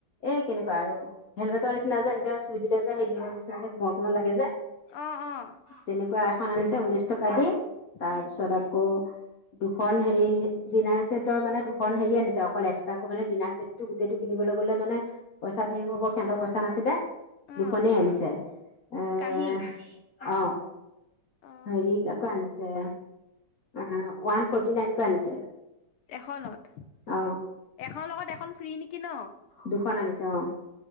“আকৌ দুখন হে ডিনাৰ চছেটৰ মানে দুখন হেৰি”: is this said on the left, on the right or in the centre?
Left